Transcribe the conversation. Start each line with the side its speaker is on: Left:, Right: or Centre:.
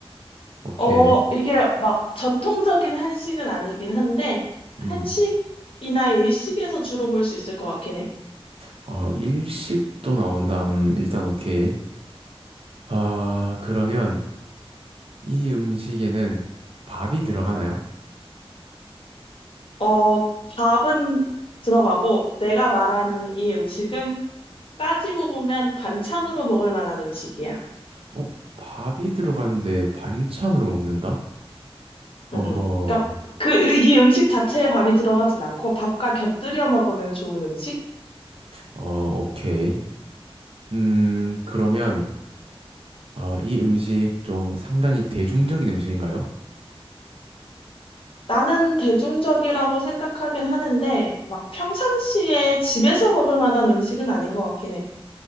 Right: 오케이.
Left: 어, 이게 막 전통적인 한식은 아니긴 한데,
Right: 음,
Left: 한식이나 일식에서 주로 볼 수 있을 것 같긴 해.
Right: 어, 일식도 나온다. 음, 일단 오케이. 아, 그러면 이 음식에는 밥이 들어가나요?
Left: 어, 밥은 들어가고, 내가 말하는 이 음식은 따지고 보면 반찬으로 먹을 만한 음식이야.
Right: 어, 밥이 들어가는데 반찬으로 먹는다? 어허,
Left: 응, 응. 그러니까 그, 이 음식 자체에 밥이 들어가진 않고, 밥과 곁들여 먹으면 좋은 음식?
Right: 어, 오케이. 음, 그러면 아, 이 음식 좀 상당히 대중적인 음식인가요?
Left: 나는 대중적이라고 생각하긴 하는데, 막 평상시에 집에서 먹을 만한 음식은 아닌 것 같긴 해.